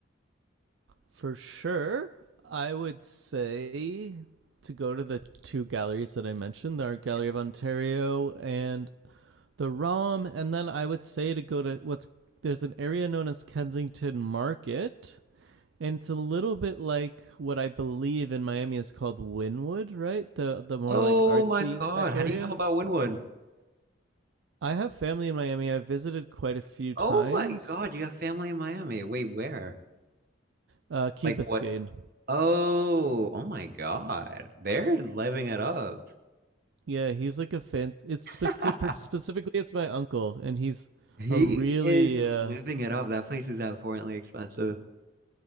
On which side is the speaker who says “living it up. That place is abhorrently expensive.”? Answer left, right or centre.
Right